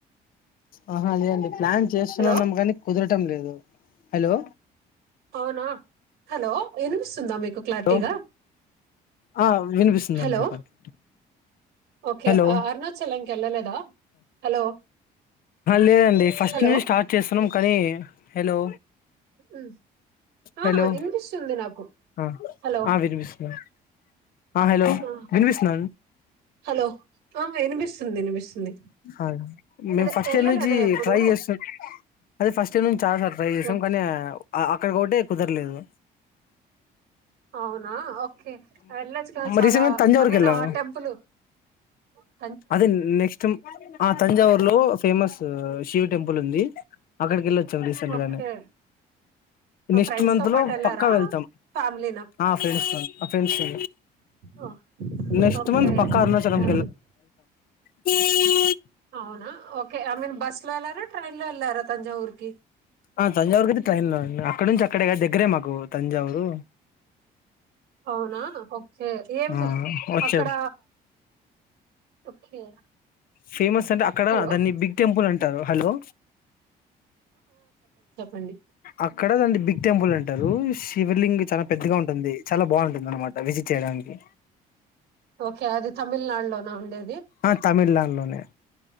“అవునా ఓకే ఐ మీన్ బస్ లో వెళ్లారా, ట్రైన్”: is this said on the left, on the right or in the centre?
Right